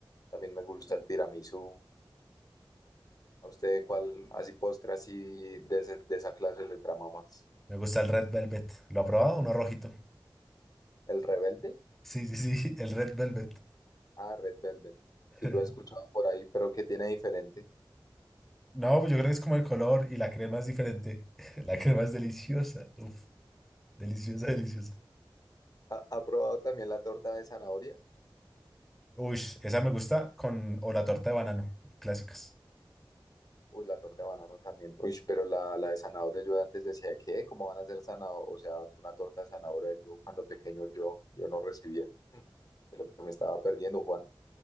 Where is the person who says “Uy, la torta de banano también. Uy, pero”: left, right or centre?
Left